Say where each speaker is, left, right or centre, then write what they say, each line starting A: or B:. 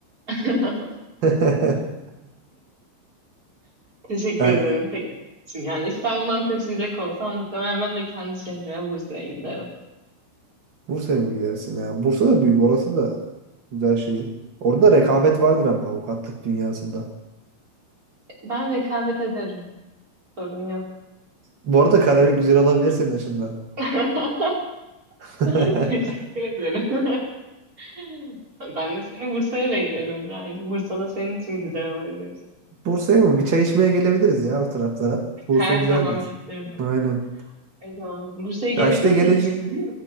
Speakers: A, on the right; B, on the right.
A: <laughs>
B: <laughs>
A: Teşekkür
B: Ben
A: ederim teklif için. Yani İstanbul'dan taşınacak olsam muhtemelen ben de kendi şehrime Bursa'ya giderim.
B: Bursa'ya mı gidersin ya? Bursa da büyük. Orası da güzel şehir. Orada rekabet vardır ama avukatlık dünyasında.
A: Ben rekabet ederim. Sorun yok.
B: Bu arada Karabük güzel olabilir senin açından.
A: <laughs>
B: <laughs>
A: Teşekkür ederim. <laughs> Ben de seni Bursa'ya beklerim yani. Bursa'da senin için güzel olabilir.
B: Bursa'ya mı? Bir çay içmeye gelebiliriz ya o taraflara. Bursa
A: Her
B: güzeldir.
A: zaman beklerim.
B: Aynen.
A: Her zaman. Bursa'yı gezdin
B: Ya işte geleceği.
A: mi hiç? Hı?